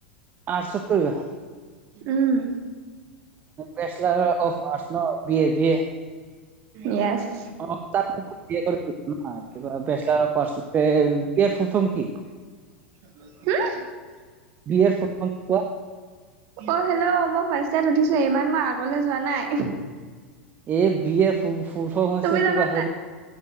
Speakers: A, on the right; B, on the right.
A: আৰ্টছত কৰিবা
B: উম
A: বেচলাৰ অফ আৰ্টছ ন বি এ বি এ
B: মেছ্
A: অ তাত বি এ কৰিছো একো নহয় কিবা বেচলাৰ পাৰ্চেন্টিজ কেৰ ফলফন কি
B: উম
A: বি এৰ ফোলফ্ৰমটো কোৱা
B: অ হেল্ল' মই ফাৰ্ষ্ট ইয়েৰত উঠিছোহে এইমান মই আগলে যোৱা নাই
A: এই বি এৰ ফু ফুলফৰ্ম হৈছে
B: তুমি জানা
A: কিবা হেৰি
B: নাই?